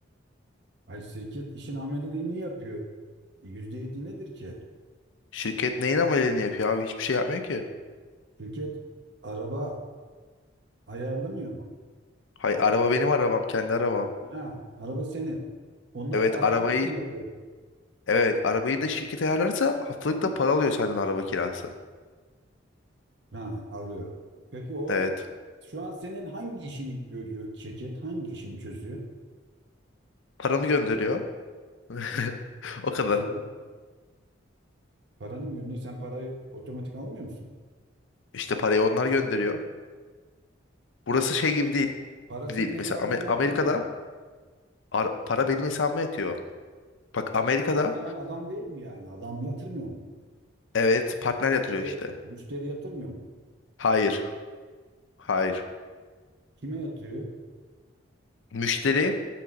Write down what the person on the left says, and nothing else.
Şirket neyin ameliyatını yapıyor abi? Hiçbir şey yapmıyor ki.
Hay araba benim arabam. Kendi arabam.
Evet
arabayı
evet arabayı da şirket ayarlarsa haftalık da para alıyor senden araba kirası.
Evet.
Paramı gönderiyor. <laughs> O kadar.
İşte parayı onlar gönderiyor. Burası şey gibi değil.
değil.
Mesela Amer-
Amerika'da
ar- para benim hesabıma yatıyor. Bak Amerika'da
evet partner yatırıyor
işte.
Hayır. Hayır.
Müşteri